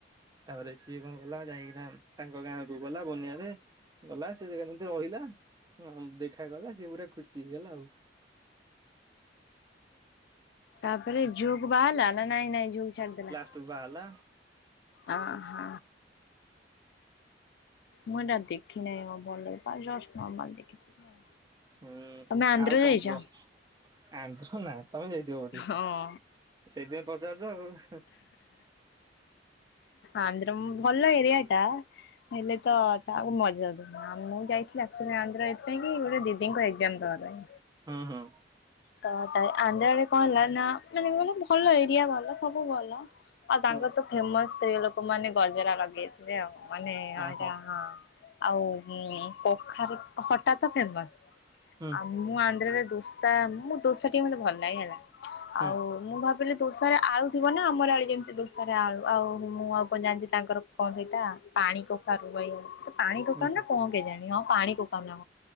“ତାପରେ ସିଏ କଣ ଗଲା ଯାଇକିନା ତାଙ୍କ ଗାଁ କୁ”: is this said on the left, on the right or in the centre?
Right